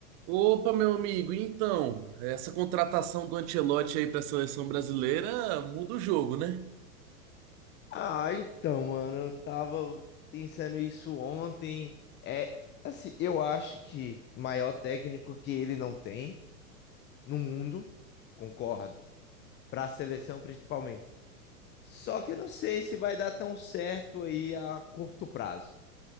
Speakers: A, on the right; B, on the left.
A: Opa, meu amigo, então, essa contratação do Ancelotti aí para a seleção brasileira muda o jogo, né?
B: Ah, então, mano, eu tava pensando isso ontem. É, assim, eu acho que maior técnico que ele não tem no mundo, concordo, para a seleção principalmente. Só que eu não sei se vai dar tão certo aí a curto prazo.